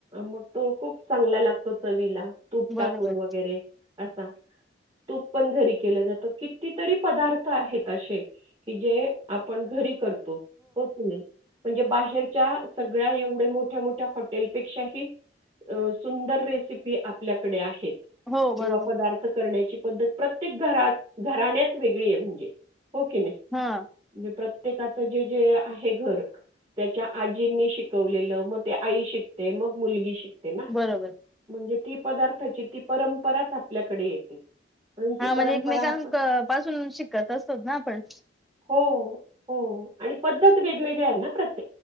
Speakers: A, on the right (about 25°); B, in the centre.
A: मग तो खूप चांगला लागतो चवीला, तूप
B: बरोबर
A: टाकून वगैरे असा. तूप पण घरी केलं जातं, कितीतरी पदार्थ आहेत अशे- की जे आपण घरी करतो. हो कनी, म्हणजे बाहेरच्या सगळ्या एवढ्या मोठ्या, मोठ्या हॉटेल- पेक्षाही अ सुंदर रेसिपी आपल्याकड आहेत,
B: हो
A: किंवा
B: बरोबर
A: पदार्थ - करण्याची पद्धत प्रत्येक घरात, घराण्यात वेगळी आहे, म्हणजे हो की नाही.
B: हा,
A: म्हणजे प्रत्येकाचं जे जे आहे घरक. त्याच्या आजींनी शिकवलेलं मग ते आई शिकते मग मुलगी शिकते ना.
B: बरोबर.
A: म्हणजे ती पदार्थाची ती परंपराच आपल्याकडे येते. म्हणून ती
B: हा
A: परंपरा
B: म्हणजे एकमेकां
A: आपण
B: क पासून शिकत असतो ना आपण.
A: हो हो हो हो, आणि पद्धत वेगवेगळे आहे ना प्रत्यक.